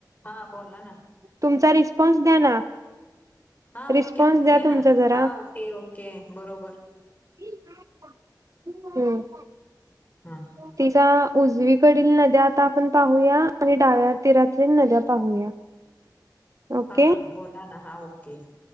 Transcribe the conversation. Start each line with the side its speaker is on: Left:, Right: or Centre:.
Left: हा बोला ना
Right: तुमचा रिस्पॉन्स द्या ना
Left: हा...
Right: रिस्पॉन्स
Left: ओके म्हंटले
Right: द्या तुमचा
Left: ना...
Right: जरा
Left: हा... ओके ओके... बरोबर.
Right: <inaudible> हम्म.
Left: हा.
Right: तिचा... उजवीकडील नद्या आता आपण पाहूया. आणि डाव्या तीरातील नद्या पाहूया. <inaudible> ओके
Left: हा... बोला ना, हा ओके.